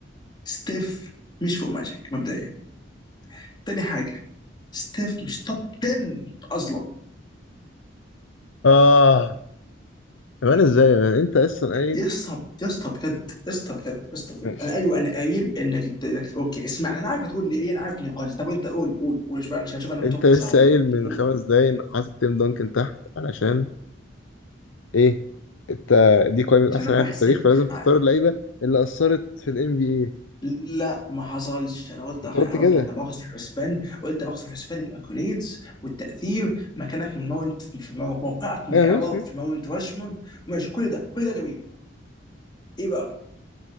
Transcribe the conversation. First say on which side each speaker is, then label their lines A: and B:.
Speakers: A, on the left (about 20°); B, on the left (about 80°).
A: ستيف مش فوق ماجيك مبدئيا تاني حاجه ستيف مش توب 10 اصلا
B: آه كمان إزاي يا مان أنت أصلا قايل
A: يا اسطى يا اسطى بجد يا اسطى بجد يا اسطى بجد
B: ماشي
A: انا ايوه انا قايل انك انت انك تبقى اوكي اسمع انا عارف هتقول لي ايه انا عارف نقاش طب انت قول قول قول شوف انا شوف انا متوقع
B: أنت لسه
A: صح ولا
B: قايل
A: غلط
B: من
A: قول
B: خمس دقايق إن قاعات التيم دانكن تحت علشان ايه انت دي قائمه
A: عشان
B: احسن
A: انا
B: لاعب
A: بحسب
B: في التاريخ فلازم تختار
A: ع-
B: اللعيبه اللي اثرت في الام بي اي
A: لا ما حصلش انا قلت
B: انت
A: انا
B: قلت كده
A: قلت انا باخد في الحسبان قلت باخد في الحسبان الاكوليدز والتاثير مكانك من ماونت في مو- موقعك من
B: ايوه
A: الاعراب
B: ماشي ماشي
A: في ماونت راشمورد ماشي كل ده كل ده جميل ايه بقى